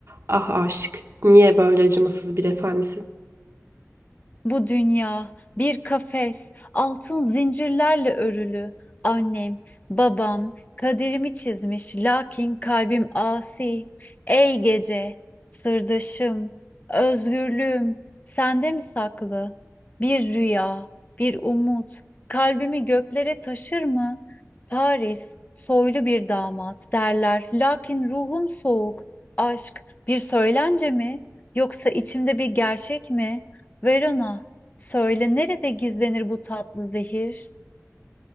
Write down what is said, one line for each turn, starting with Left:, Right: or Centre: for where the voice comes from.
Right: Ah aşk, niye böyle acımasız bir efendisin?
Left: Bu dünya bir kafes, altın zincirlerle örülü. Annem, babam kaderimi çizmiş, lakin kalbim asi. Ey gece, sırdaşım, özgürlüğüm, sende mi saklı? Bir rüya, bir umut, kalbimi göklere taşır mı? Paris, soylu bir damat derler, lakin ruhum soğuk. Aşk bir söylence mi, yoksa içimde bir gerçek mi? Verona, söyle nerede gizlenir bu tatlı zehir?